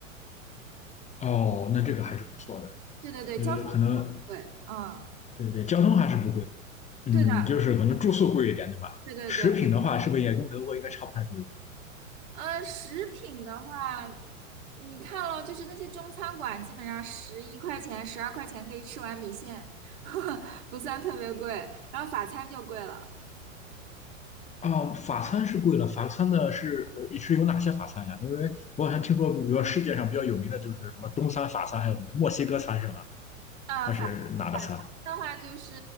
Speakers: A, on the left (about 15°); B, on the right (about 55°).
A: 哦，那这个还是不错的。
B: 对对对，
A: 呃，
B: 交通不是很贵，
A: 可能
B: 嗯，
A: 对对，交通还是不贵，嗯，
B: 对的。
A: 就是可能住宿贵一点，对吧？
B: 对对对，
A: 食品的话，是不是也跟德国应该差不太多？
B: 呃，食品的话，你看了，就是那些中餐馆，基本上十一块钱、十二块钱可以吃碗米线，<laughs> 不算特别贵。然后法餐就贵了，
A: 哦，法餐是贵了，法餐的是呃是有哪些法餐呀？因为我好像听说，比如说世界上比较有名的就是什么中餐、法餐，还有什么墨西哥餐是吧？
B: 呃，
A: 它是哪个餐？
B: 法法餐的话就是